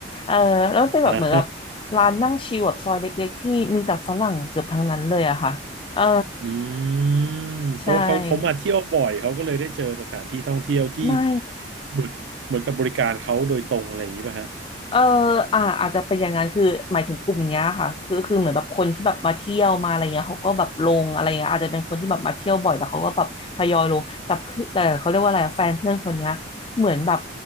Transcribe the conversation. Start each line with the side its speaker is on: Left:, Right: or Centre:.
Left: เออแล้วมันเป็นแบบเหมือนแบบ
Right: อ่า <laughs>
Left: ร้านนั่งชิลแบบซอยเล็กๆที่มีแต่ฝรั่งเกือบทั้งนั้นเลยอะค่ะเออ
Right: อืม
Left: ใช่
Right: เพราะว่าเขาเขามาเที่ยวบ่อยเขาก็เลยได้เจอสถานที่ท่องเที่ยวที่
Left: ไม่
Right: เหมือนเหมือนกับบริการเขาโดยตรงอะไรอย่างนี้ป่ะฮะ
Left: เอออ่าอาจจะเป็นอย่างนั้นคือหมายถึงกลุ่มเนี้ยค่ะคือคือเหมือนแบบคนที่แบบมาเที่ยวมาอะไรเงี้ยเขาก็แบบลงอะไรเงี้ยอาจจะเป็นคนที่แบบมาเที่ยวบ่อยแต่เขาก็แบบทยอยลงแต่เพื่อนแต่เขาเรียกว่าอะไรอะแฟนเพื่อนคนเนี้ยเหมือนแบบ